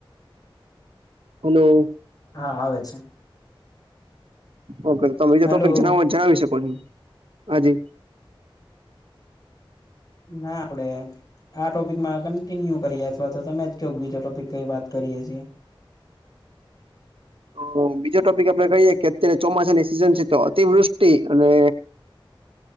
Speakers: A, on the right; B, on the left.
A: હલો.
B: હા આવે છે.
A: ઓકે તો તમે બીજ
B: હલો
A: ટોપિક જણાવ તો જણાવી શકો છો હજી
B: ના આપડે આ ટોપિકમાં કન્ટિન્યુ કરીએ અથવા તો તમે જ કયો બીજો ટોપિક કઈ વાત કરીએ છીએ.
A: અ બીજો ટોપિક આપડે કહીએ કે અત્યારે ચોમાસાની સિઝન છે તો અતિવૃષ્ટિ અને
B: <inaudible>